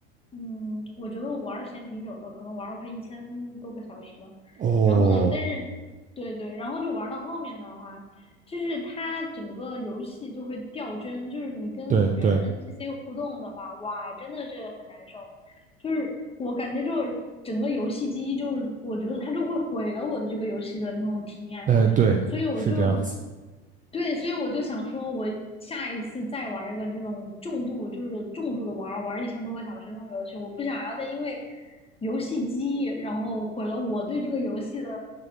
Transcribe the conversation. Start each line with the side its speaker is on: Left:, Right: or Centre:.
Left: 嗯，我觉得我玩儿时间挺久的，可能玩了快一千多个小时了，
Right: 哦，
Left: 然后呢，但是对对，然后就玩到后面的话，就是它整个游戏就会掉帧，就是你跟里面的
Right: 对对，
Left: NPC 互动的话，哇，真的是很难受。就是我感觉就是整个游戏机，就是我觉得它就会毁了我的这个游戏的那种体验，
Right: 哎对，
Left: 所以我就
Right: 是这样子
Left: 对，所以我就想说，我下一次再玩一个这种重度，就是重度的玩玩一千多个小时那种游戏，我不想要再因为游戏机，然后毁了我对这个游戏的